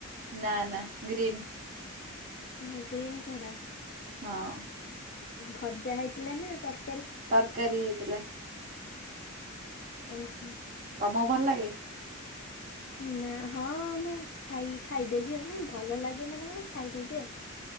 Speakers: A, on the right (about 40°); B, on the left (about 50°).
A: ନା ନା ଗ୍ରୀନ୍।
B: ଓହୋ ଗ୍ରୀନ୍ ଖଡ଼ା।
A: ହଁ।
B: ଭଜା ହେଇଥିଲାନା ତର
A: ତରକାରୀ ହେଇଥିଲା।
B: ଓହୋ।
A: ତମକୁ ଭଲ ଲାଗେ?
B: ନା ହଁ ମୁଁ ଖାଇ ଖାଇଦେବି ଆଉ ମାନେ ଭଲ ଲାଗେ ମାନେ କଣ ଖାଇଦେବି ଆଉ।